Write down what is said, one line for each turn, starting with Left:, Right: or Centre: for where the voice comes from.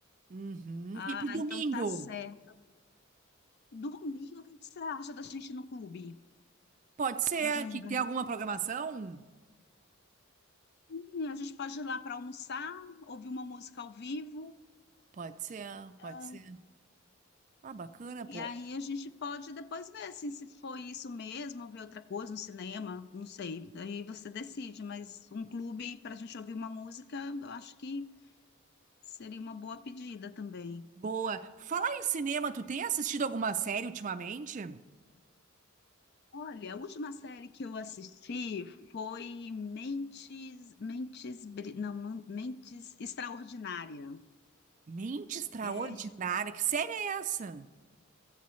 Right: Uhum.
Left: Ah,
Right: E pro domingo?
Left: então tá certo. Domingo, o que você acha da gente ir no clube?
Right: Pode ser
Left: Já que a gente
Right: que
Left: vai.
Right: tem alguma programação?
Left: Sim, A gente pode ir lá para almoçar, ouvir uma música ao vivo.
Right: Pode ser,
Left: Ah,
Right: pode ser. Ah, bacana, pô.
Left: E aí a gente pode depois ver assim, se foi isso mesmo, ou ver outra coisa no cinema, não sei. Aí você decide, mas um clube para a gente ouvir uma música, eu acho que seria uma boa pedida também.
Right: Boa. Por Falar em cinema, tu tem assistido alguma série ultimamente?
Left: Olha, a última série que eu assisti foi Mentes, Mentes, Bri- não, Man- Mentes Extraordinária.
Right: Mente Extraordinária.
Left: É,
Right: Que série é essa?